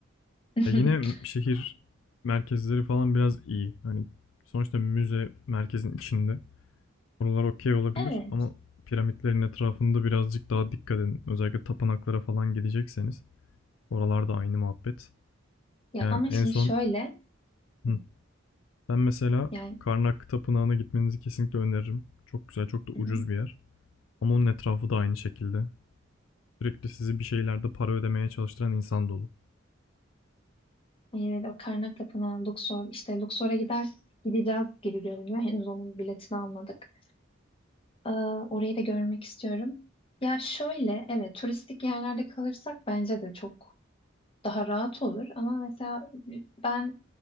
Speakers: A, on the left; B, on the left.
A: <laughs>
B: Ya yine şehir merkezleri falan biraz iyi. Hani sonuçta müze merkezin içinde. Oralar okey olabilir
A: Evet.
B: ama piramitlerin etrafında birazcık daha dikkat edin. Özellikle tapınaklara falan gidecekseniz. Oralarda aynı muhabbet.
A: Ya
B: Yani
A: ama
B: en
A: şimdi
B: son
A: şöyle
B: hı,
A: hı,
B: ben mesela
A: yani
B: Karnak Tapınağı'na gitmenizi kesinlikle öneririm. Çok güzel, çok da
A: hı
B: ucuz
A: hı.
B: bir yer. Ama onun etrafı da aynı şekilde. Sürekli sizi bir şeylerde para ödemeye çalıştıran insan dolu.
A: Yine de o Karnak Tapınağı, Luxor işte Luxor'a gider gideceğiz gibi görünüyor. Henüz onun biletini almadık. Ee, orayı da görmek istiyorum. Ya şöyle evet turistik yerlerde kalırsak bence de çok daha rahat olur ama mesela ben